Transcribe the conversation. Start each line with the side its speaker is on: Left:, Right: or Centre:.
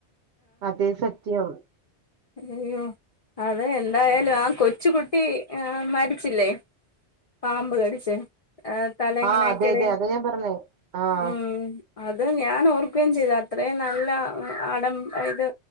Right: അതെ സത്യം
Left: അയ്യോ അത എന്തായാലും ആ കൊച്ച കുുട്ടി മരിച്ചില്ലേ പാമ്പ് കടിച്ച് ആ തല എങ്ങണക്കിട
Right: ആഹ് അതെ അതെ അതാ ഞാൻ പറഞ്ഞേ ആഹ്
Left: ഉം അത് ഞാൻ ഓർക്കുകയും ചെയ്ത അത്രയും നല്ല അടം ഇത്